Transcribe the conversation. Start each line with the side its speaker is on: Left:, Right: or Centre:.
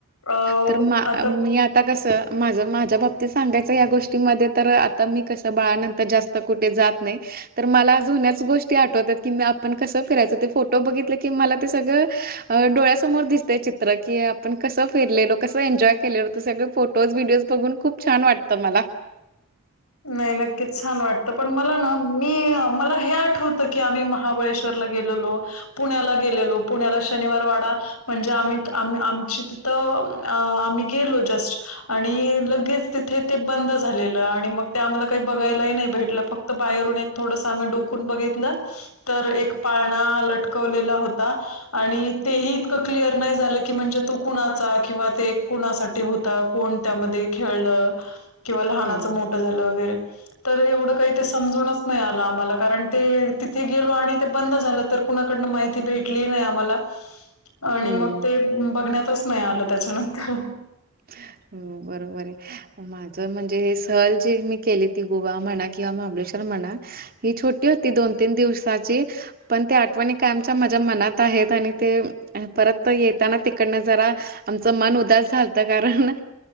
Left: अ
Right: तर मा
Left: आता-
Right: मी आता कसं? माझं माझ्या बाबतीत सांगायचं या गोष्टीमध्ये तर आता मी कसं बाळानंतर जास्त- कुठे जात नाही. तर मला जुन्याच गोष्टी आठवतात, की आपण कसं फिरायचो. ते फोटो बघितले की मला ते सगळं- अ डोळ्यासमोर दिसतय चित्र की आपण- कसं फिरलेलो. कसं एन्जॉय केलेलो त सगळे फोटोज व्हिडिओज बघून खूप छान वाटतं मला.
Left: नाही नक्कीच छान वाटत. पण मला ना मी मला हे आठवतं की आम्ही महाबळेश्वर- ला गेलेलो. पुण्याला गेलेलो पुण्याला शनिवार वाडा- म्हणजे आम्ही आम् आमची तिथं आम्ही गेलो जस्ट आणि लगेच- तिथे ते बंद झालेलं आणि मग- तिथे आम्हाला काही बघायलाही नाही भेटलं. फक्त बाहेरून एक थोडंस आम्ही डोकून बघितलं. तर एक पाळणा लटकवलेला होता- आणि तेही इतकं क्लिअर नाही झालं की म्हणजे तो कुणाचा किंवा ते कुणासाठी- त होता? कोण त्यामध्ये खेळलं? किंवा लहानाच
Right: हो
Left: मोठ झालं वगैरे. तर एवढं काही ते समजूनच नाही आलं आम्हाला. कारण ते तिथे गेलो आणि ते- बंद झालं तर कुणाकडनं माहिती भेटली नाही आम्हाला आणि
Right: हो.
Left: मग ते बघण्यातच नाही आलं त्याच्यानंतर.
Right: हं. बरोबर आहे. माझं म्हणजे हे सहल जे मी केली ती गोवा म्हणा किंवा महाबळेश्वर म्हणा- ही छोटी होती दोन तीन दिवसाची. पण त्या आठवणी कायमच्या माझ्या मनात आहेत. आणि ते- आणि परत येताना तिकडनं जरा, आमचं मन उदास झालं. कारण